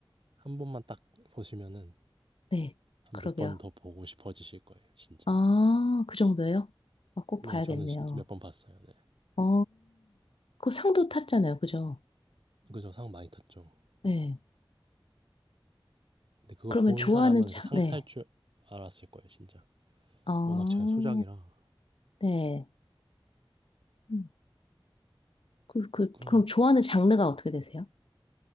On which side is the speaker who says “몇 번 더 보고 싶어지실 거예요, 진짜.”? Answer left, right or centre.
Right